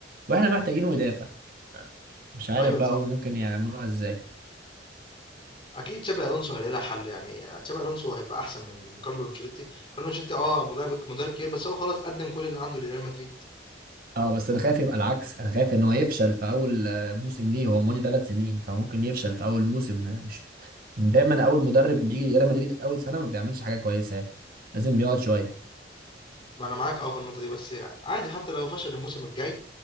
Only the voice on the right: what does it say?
وإحنا محتاجينه يدافع مش عارف
بقى
هو ممكن يعملوها إزاي
أه بس أنا خايف يبقى العكس أنا خايف إن هو يفشل في أول آه، موسم ليه هو ماضي ثلاث سنين فممكن يفشل في أول موسم آه، مش دايما أول مدرب بيجي ريال مدريد أول سنة ما بيعملش حاجة كويسة لازم يقعد شوية